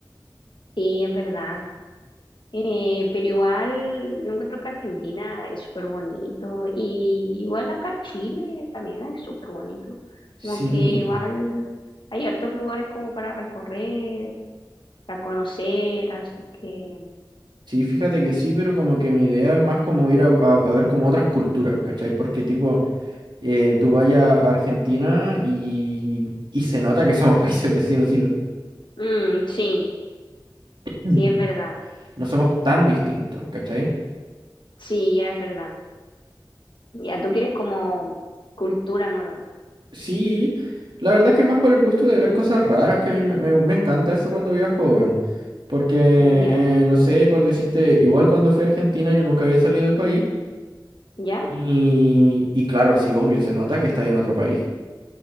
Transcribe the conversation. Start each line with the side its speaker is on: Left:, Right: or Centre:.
Left: Sí, es verdad. Eh, pero igual yo encuentro que Argentina es súper bonito y igual acá Chile también es súper bonito.
Right: Sí,
Left: Como que igual hay hartos lugares como para recorrer, para conocer, así que
Right: sí, fíjate que sí, pero como que mi idea es más como ir a, a- a ver como otras culturas, ¿cachai? Porque tipo... eh, tú vayas a Argentina y, y se nota que somos <laughs> países vecinos y no
Left: mm, sí,
Right: Mm.
Left: sí es verdad,
Right: no somos tan distintos, ¿cachai?
Left: sí, ya es verdad. Ya tú quieres como cultura nueva,
Right: Sí, la verdad es que más por el gusto de ver cosas raras, que a mí me, me- me encanta eso cuando viajo, weón. Porque,
Left: ya,
Right: eh, no sé, por decirte, igual cuando fui a Argentina yo nunca había salido del país.
Left: ya,
Right: Y, y claro, sí, obvio, se nota que está en otro país.